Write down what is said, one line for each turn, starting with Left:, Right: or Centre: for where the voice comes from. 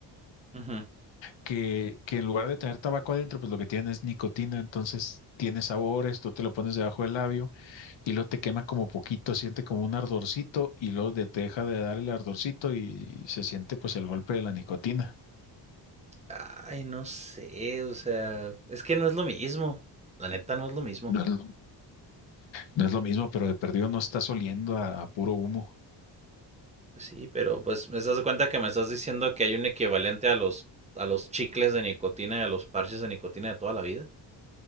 Right: Ujú.
Left: que, que en lugar de tener tabaco adentro, pues lo que tiene es nicotina, entonces tiene sabores, tú te lo pones debajo del labio y luego te quema como poquito, siente como un ardorcito y luego de- te deja de dar el ardorcito y se siente pues el golpe de la nicotina.
Right: Ay, no sé, o sea, es que no es lo mismo. La neta no es lo mismo.
Left: No es lo, no es lo mismo, pero de perdido no estás oliendo a, a puro humo,
Right: Pues sí, pero pues me estás de cuenta que me estás diciendo que hay un equivalente a los a los chicles de nicotina y a los parches de nicotina de toda la vida.